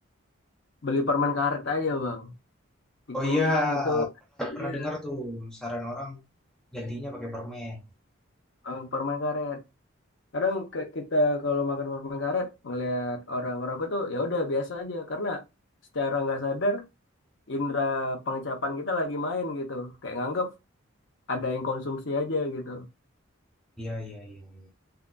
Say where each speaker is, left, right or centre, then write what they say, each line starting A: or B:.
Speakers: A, on the left (about 60°); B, in the centre.
A: beli permen karet aja bang, dikunyah
B: Oh iya,
A: gitu.
B: pernah,
A: Iya,
B: pernah dengar tuh saran orang gantinya pakai permen.
A: eh, permen karet. kadang ke- kita kalau makan permen karet ngelihat orang ngerokok tuh ya udah biasa aja karena secara nggak sadar indera pengecapan kita lagi main gitu kayak nganggep ada yang konsumsi aja gitu
B: Iya, iya, iya. iya.